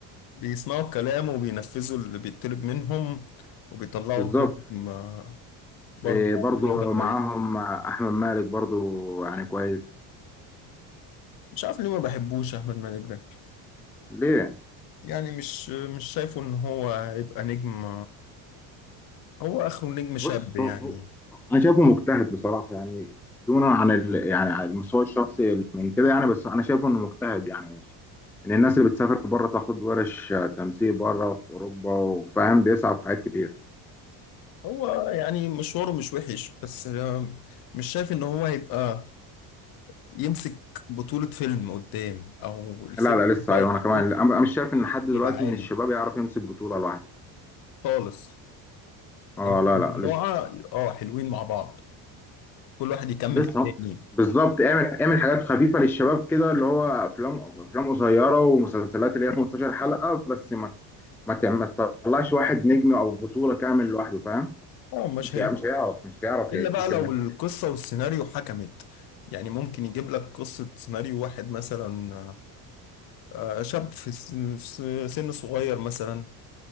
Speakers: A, on the left (about 55°); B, in the centre.
A: بيسمعوا الكلام وبينفذوا اللي بيطلب منهم وبيطلعوا
B: بالظبط
A: الدور آه، برضه
B: إيه برضو
A: جودة كويسة
B: معاهم احمد مالك برضو يعني كويس
A: مش عارف ليه ما بحبوش أحمد مالك ده
B: ليه
A: يعني مش مش شايفه إن هو هيبقى نجم هو آخره نجم
B: بص
A: شاب يعني
B: هو هو انا شايفه مجتهد بصراحه يعني دونا عن ال... يعني عن المستوى الشخصي من كده يعني بس انا شايفه انه مجتهد يعني ان الناس اللي بتسافر بره تاخد ورش تمثيل بره في اوروبا وفاهم بيسعى في حاجات كتير
A: هو يعني مشواره مش وحش بس مش شايف إن هو هيبقى يمسك بطولة فيلم قدام أو الفيلم
B: لا لا لسه
A: هو
B: ايوه
A: هيبقى
B: انا كمان أنا بقى مش شايف ان حد دلوقتي
A: هيبقى عالي
B: من الشباب يعرف يمسك بطولة لوحده
A: خالص
B: اه
A: هم
B: لا
A: مجموعة
B: لا لسه
A: اه حلوين مع بعض كل واحد يكمل
B: لسه
A: التاني
B: بالظبط اعمل اعمل حاجات خفيفة للشباب كده اللي هو افلام افلام قصيرة ومسلسلات اللي هي 15 حلقة بس ما ما تعم- ما تطلعش واحد نجم او بطولة كامل لوحده فاهم
A: اه مش
B: مش هي- مش هيعرف مش هيعرف
A: إلا
B: يديك
A: بقى لو
B: اللي انت
A: القصة
B: عايزه
A: والسيناريو حكمت يعني ممكن يجيب لك قصة سيناريو واحد مثلا آه، شاب في سن في سن صغير مثلا